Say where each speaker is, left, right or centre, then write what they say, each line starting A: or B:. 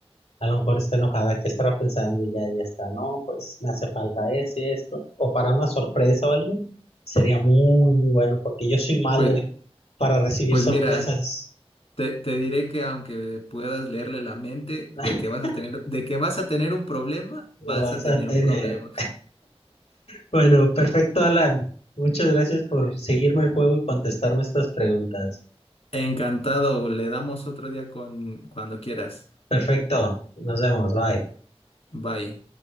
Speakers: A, on the left; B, on the left.
A: a lo mejor está enojada, que estará pensando y ya, ya está, no, pues me hace falta ese, esto, o para una sorpresa o algo, sería muy, muy bueno porque yo soy malo
B: Pues,
A: para recibir
B: pues
A: sorpresas.
B: mira, te, te diré que aunque puedas leerle la mente
A: <laughs>
B: de que vas a tener, de que vas a tener un problema,
A: Lo
B: vas
A: vas
B: a tener
A: a tener.
B: un problema.
A: Bueno, perfecto, Alan. Muchas gracias por seguirme el juego y contestarme estas preguntas.
B: Encantado, le damos otro día con cuando quieras.
A: Perfecto, nos vemos, bye.
B: Bye.